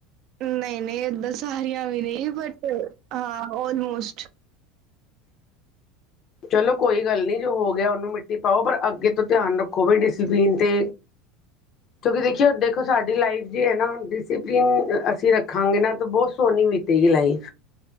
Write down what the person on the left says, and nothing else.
ਚਲੋ ਕੋਈ ਗੱਲ ਨਹੀਂ ਜੋ ਹੋ ਗਿਆ ਉਹਨੂੰ ਮਿੱਟੀ ਪਾਓ ਪਰ ਅੱਗੇ ਤੋਂ ਧਿਆਨ ਰੱਖੋ ਵੀ ਡਿਸਪਲੀਨ ਤੇ ਕਿਉਂਕਿ ਦੇਖੀਓ ਦੇਖੋ ਸਾਡੀ ਲਾਈਫ ਜੇ ਹੈ ਨਾ ਡਿਸਪਲਿਨ ਅਸੀਂ ਰੱਖਾਂਗੇ ਨਾ ਤਾਂ ਬਹੁਤ ਸੋਹਣੀ ਬੀਤੀ ਗਈ